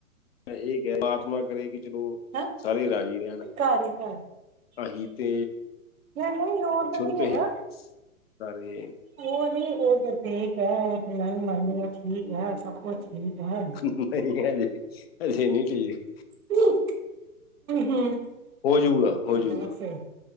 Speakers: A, on the left; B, on the right.
A: ਮੈਂ ਇਹ ਕਹਿ ਪ੍ਰਮਾਤਮਾ ਕਰੇ ਕਿ ਚਲੋ
B: ਹੈਂ
A: ਸਾਰੇ ਰਾਜ਼ੀ ਰਹਿਣ
B: ਘਰ ਹੀ ਘਰ
A: ਆਹੀ ਤੇ
B: ਨਹੀਂ-ਨਹੀ ਉਹ ਤੇ
A: ਸ਼ੁਰੂ
B: ਨਹੀ
A: ਤੋਂ
B: ਹੈਗਾ
A: ਇਹ ਸਾਰੇ
B: ਉਹ ਨੀ ਉਹ ਤਾਂ ਠੀਕ ਐ ਤੇ ਮੈ ਵੀ ਮੰਨਦੀਆ ਠੀਕ ਐ ਸਭ ਕੁਛ <unintelligible>
A: ਨਹੀਂ ਹਜੇ - ਹਜੇ ਨਹੀਂਠੀਕ।
B: ਹੂੰ ਹੂੰ
A: ਹੋਜੂਗਾ -ਹੋਜੂਗਾ।
B: ਬਸ ਫਿਰ